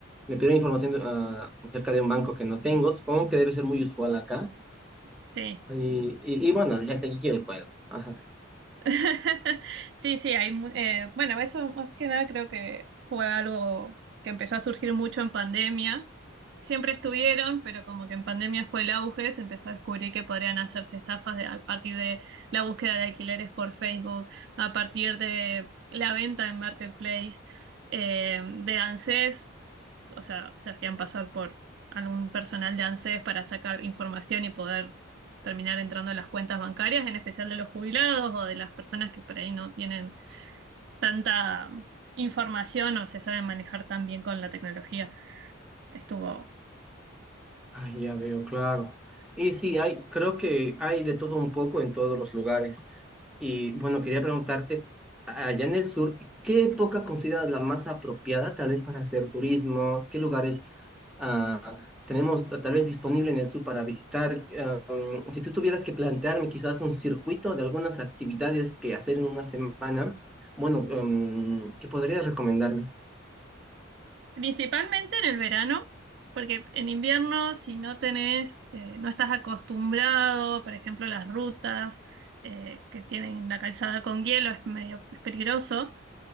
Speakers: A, in the centre; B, on the right (about 60°).
A: me pidieron información ah, acerca de un banco que no tengo, supongo que debe ser muy usual acá.
B: Sí.
A: Y, y, y bueno, le seguí el juego. Ajá.
B: <laughs> Sí, sí, hay, mu- eh, bueno, eso más que nada creo que fue algo que empezó a surgir mucho en pandemia. Siempre estuvieron, pero como que en pandemia fue el auge, se empezó a descubrir que podrían hacerse estafas de- a partir de la búsqueda de alquileres por Facebook, a partir de la venta en Marketplace, eh, de ANSES o sea, se hacían pasar por algún personal de ANSES para sacar información y poder terminar entrando en las cuentas bancarias, en especial de los jubilados o de las personas que por ahí no tienen tanta información o se saben manejar tan bien con la tecnología. Estuvo
A: Ah, ya veo, claro. Y sí, hay, creo que hay de todo un poco en todos los lugares. Y bueno, quería preguntarte, a- allá en el sur, ¿qué época consideras la más apropiada tal vez para hacer turismo? ¿Qué lugares ah, tenemos ah, tal vez disponible en el sur para visitar? Ah, mm, si tú tuvieras que plantearme quizás un circuito de algunas actividades que hacer en una semana, bueno, mm, ¿qué podrías recomendarme?
B: principalmente en el verano, porque en invierno si no tenés, eh, no estás acostumbrado, por ejemplo, las rutas eh, que tienen la calzada con hielo es medio es peligroso.